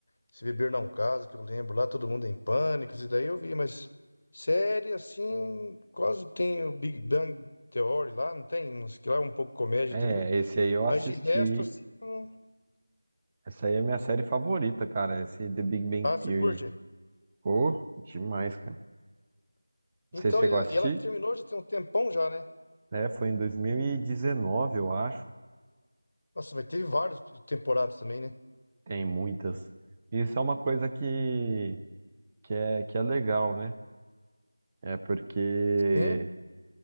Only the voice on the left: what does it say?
Se Beber Não Case, que eu lembro lá, Todo Mundo em Pânico, isso daí eu vi, mas série, assim, quase tem o Big Bang Theory lá, não tem? Não sei que lá, é um pouco comédia
também.
Mas de resto, assim, não...
Ah,
você curte?
Então,
e ela
e ela terminou já tem um tempão já, né?
Nossa, mas teve várias temporadas também, né?
Sim,